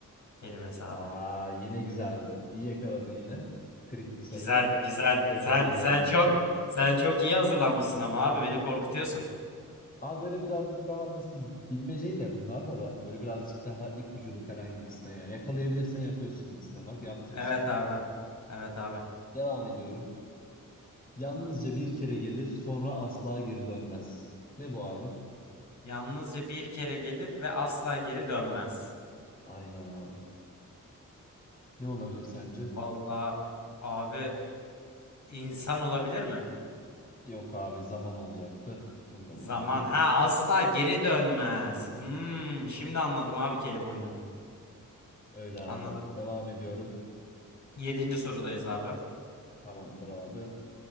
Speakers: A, on the left (about 60°); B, on the left (about 25°).
A: kelimesi abi.
B: Aa, yine güzeldi. İyi yakaladın yine. Trikli soruyu.
A: Güzel güzel.
B: Tebrik
A: Sen
B: ediyorum
A: sen
B: abi.
A: çok sen çok iyi hazırlanmışsın ama abi beni korkutuyorsun.
B: Abi böyle birazcık daha nasıl diyeyim bilmeceyi de bunlarda da böyle birazcık daha ipuculu falan gibisinden yani yakalayabilirsen yapıyorsun gibisinden bak yaptın
A: Evet
B: işte.
A: abi. Evet abi.
B: Devam ediyorum. Yalnızca bir kere gelir sonra asla geri dönmez. Ne bu abi?
A: Yalnızca bir kere gelir ve asla geri dönmez.
B: Aynen abi. Ne olabilir sence?
A: Vallahi abi insan olabilir mi?
B: Yok abi zaman olacaktı. Bunu da
A: Zaman.
B: bilemedin.
A: Ha asla geri dönmez. Hmm, şimdi anladım abi kelime oyununu.
B: Öyle abi.
A: Anladım.
B: Devam ediyorum.
A: Yedinci sorudayız abi.
B: Tamamdır abi.